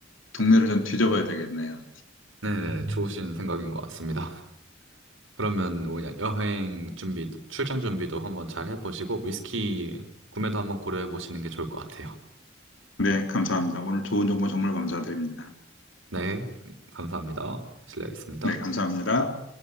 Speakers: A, on the left; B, on the right.
A: 동네를 좀 뒤져봐야 되겠네요.
B: 네, 네, 좋으신 생각인 것 같습니다. 그러면 뭐냐, 여행 준비도, 출장 준비도 한번 잘 해보시고, 위스키 구매도 한번 고려해 보시는 게 좋을 것 같아요.
A: 네, 감사합니다. 오늘 좋은 정보 정말 감사드립니다.
B: 네, 감사합니다. 실례하겠습니다.
A: 네, 감사합니다.